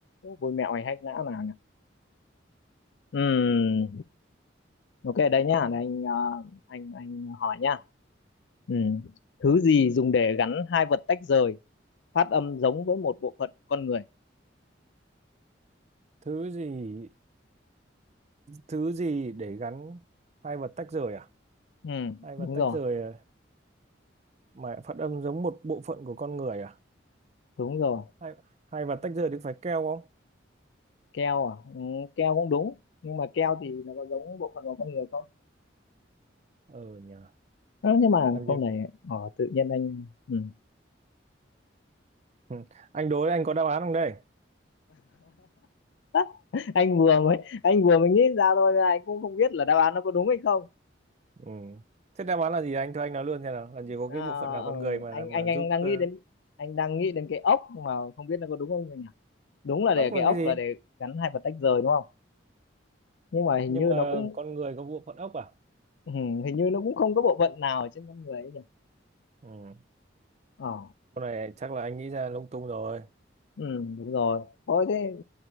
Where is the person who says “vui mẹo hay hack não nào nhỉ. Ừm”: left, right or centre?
Left